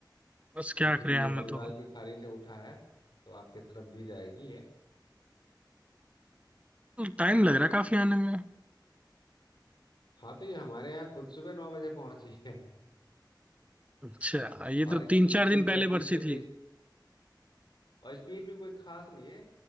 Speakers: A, on the right (about 15°); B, on the left (about 65°).
A: बस
B: क्योंकि
A: क्या करें
B: ये
A: हमें
B: बंगाल
A: तो
B: की खाड़ी से उठा है तो आपके तरफ भी जाएगी ये
A: टाइम लग रहा है काफी आने में
B: हाँ तो ये हमारे यहाँ खुद सुबह नौ बजे पहुंची है
A: अच्छा
B: <laughs>
A: ये
B: और
A: तो
B: इसकी
A: तीन
B: स्पीड
A: चार दिन पहले
B: है बीस
A: बरसी
B: से तेईस
A: थी
B: और स्पीड भी कोई खास नहीं है